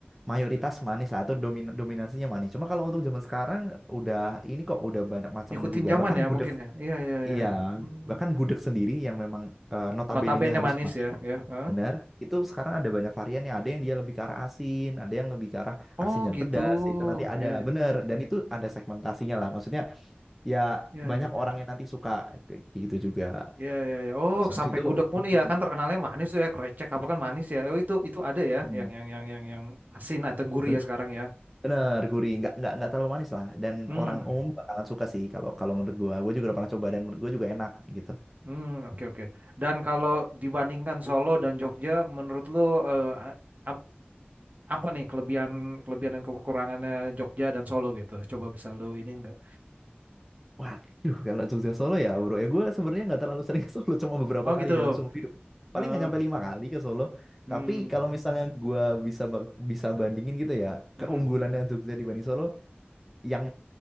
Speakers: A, in the centre; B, on the right (about 45°).
A: mayoritas manis lah atau domin, dominasinya manis. Cuma kalau untuk zaman sekarang udah ini kok udah banyak macamnya
B: Ngikutin
A: juga.
B: zaman
A: Bahkan
B: ya
A: gudeg
B: mungkin ya. Iya iya iya.
A: Iya,
B: iya. Hmm.
A: bahkan gudeg sendiri yang memang eh, notabene-nya
B: Notabene
A: harus
B: manis
A: manis,
B: ya, ya. Hah?
A: benar. Itu sekarang ada banyak varian ya. Ada yang dia lebih ke arah asin, ada yang lebih ke arah
B: Oh
A: asin dan
B: gitu.
A: pedas. Itu nanti ada,
B: Iya
A: benar. Dan itu ada segmentasinya lah. Maksudnya ya
B: iya
A: banyak
B: iya iya.
A: orang yang nanti suka kayak gitu juga.
B: Iya iya iya. Oh,
A: Terus habis
B: sampai
A: itu
B: gudeg pun iya
A: <laughs>
B: kan terkenalnya manis tuh ya, krecek apa kan manis ya. Oh itu itu ada ya
A: hmm,
B: yang yang yang yang yang asin atau gurih
A: ben-
B: ya sekarang ya.
A: bener gurih, nggak nggak nggak terlalu manis lah. Dan
B: Hmm.
A: orang umum bakalan suka sih kalau kalau menurut gua. Gua juga udah pernah coba dan menurut gua juga enak gitu.
B: Hmm, oke oke. Dan kalau dibandingkan Solo dan Jogja menurut lu eh, a- ap- apa nih kelebihan kelebihan dan kekurangannya Jogja dan Solo gitu? Coba bisa lu ini enggak?
A: Waduh, kalau Jogja Solo ya bro, ya gue sebenarnya nggak terlalu sering ke Solo, cuma beberapa
B: Oh
A: kali
B: gitu.
A: dalam seumur hidup. Paling
B: Eh,
A: nggak nyampe lima kali ke Solo.
B: hmm.
A: Tapi kalau misalnya gue bisa ba- bisa bandingin gitu ya,
B: Mm-mm.
A: keunggulannya Jogja dibanding Solo, yang